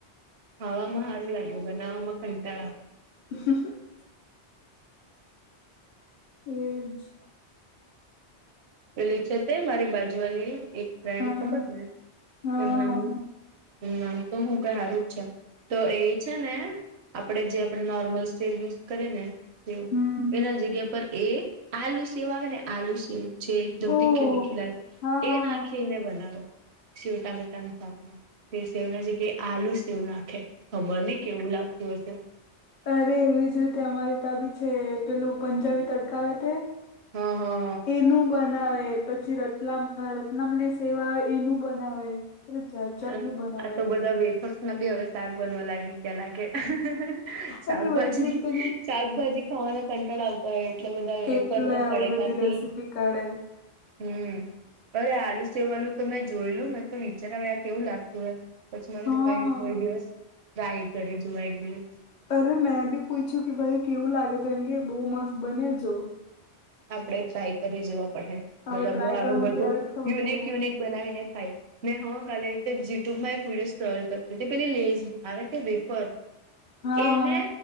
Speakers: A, on the right; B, on the left.
A: ખાવામાં સારું લાગ્યું બનાવવામાં કંટાળા
B: <unintelligible> એ જ.
A: પેલી છે તે મારી બાજુવાલી એક ફ્રેન્ડ
B: હા
A: ખબર ને
B: હા
A: એ નામ
B: હા
A: નામ તો હું ક સારું જ છે તો એ છે ને. આપણે જે આપણે નોર્મલ સેવ યુઝ કરે ને સેવ
B: હમ
A: એના જગ્યા પર એ. આલુ સેવ આવે ને આલુ સેવ છે એકદમ
B: ઓહ
A: તીખે તીખી લાલુ
B: હા હા
A: એ નાખી.
B: હા
A: ખી બનાવે શિવ ટામેટા શાક તેશ. સવના જે ક આલુ સેવ નાખે ખબર ને કેવું લાગતું હશે.
B: અરે એવીજ રીતે અમારી તાબી છે પેલું પંજાબી તડકાવ તે.
A: હા હા.
B: એનું બનાવે પછી રત્લામ રત્નામલી સેવા આવે એનું બનાવે. જાત જાતનું
A: આમ
B: બનાવે
A: આ તો બધા વેફ ના બેી હવે શાક બનવા લાગી ગયા લાગે શાકભાજી
B: અને વચ્ચે પેલી
A: શાકભાજી ખાવાના કંટાળ આવ તો એટલા બધા વેફર
B: એટલે
A: ના
B: આવી
A: પડે
B: બધી
A: કાથી
B: રેસીપી કાઢે
A: હમ અરે આલુ સેવાનુંું તો મેં જોયલું મે તો વિચારવા આ કેવું લાગતું હો પછી મા
B: હા
A: દીપાઈ કોઈ દિવસ રાાય કરી જોવા એક દિવસ
B: અરે મેં બી પૂછ્યું કે ભાઈ કેવું લાગે તો એમ કે બહુ મસ્ત બને જો
A: આપણે ટ્રાય કરી જોવા પડે
B: હવે
A: બધા
B: ટ્રાય
A: બહ આવું
B: કરું
A: બધું
B: ત્યારે જ ખબર
A: યુનિક
B: પડે
A: યુનિક બનાવીને ખાય મેં હા કાલે રીતે યુટ્યુબમાં એક વિડયો્ટોલ કરતી તે પેલી લેઝ આવે વેપર
B: હા
A: એને
B: હા